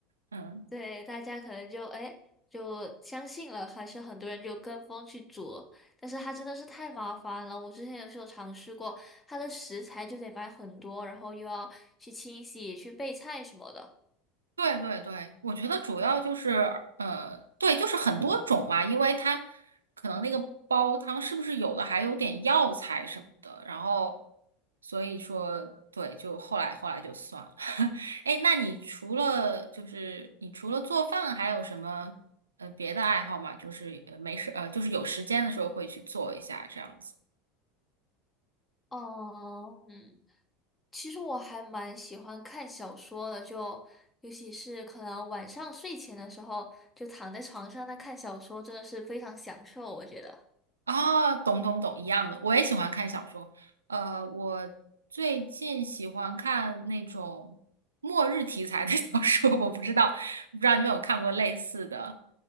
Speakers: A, on the right (about 75°); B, on the left (about 15°).
A: 嗯。
B: 对，大家可能就哎就相信了，还是很多人就跟风去煮，但是它真的是太麻烦了。我之前也是有尝试过，它的食材就得买很多，然后又要去清洗、去备菜什么的。
A: 对对对，我觉得主要就是，呃，对，就是很多种嘛，因为它可能那个煲汤是不是有的还有点药材什么的，然后所以说，对，就后来后来就算了。<laughs> 哎那你除了就是你除了做饭，还有什么呃别的爱好吗？就是呃没事呃，就是有时间的时候会去做一下这样子。
B: 哦，嗯，其实我还蛮喜欢看小说的，就尤其是可能晚上睡前的时候，就躺在床上那看小说，真的是非常享受，我觉得。
A: 啊，懂懂懂，一样的，我也喜欢看小说。呃，我最近喜欢看那种末日题材的 <laughs> 小说，我不知道，不知道你有没有看过类似的？